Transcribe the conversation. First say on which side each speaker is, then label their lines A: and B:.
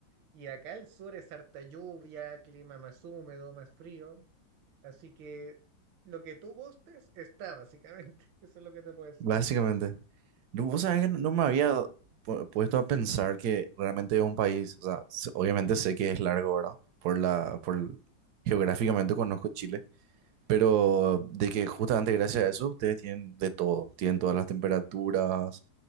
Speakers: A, on the right (about 80°); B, on the right (about 70°).
A: Y acá al sur es harta lluvia, clima más húmedo, más frío. Así que lo que tú gustes está básicamente. <laughs> Eso es lo que te puedo decir.
B: Básicamente. No, vos sabés que no no me había pu- puesto a pensar que realmente es un país, o sea, s- obviamente sé que es largo, ¿verdad? Por la, por geográficamente conozco Chile, pero de que justamente gracias a eso ustedes tienen de todo, tienen todas las temperaturas,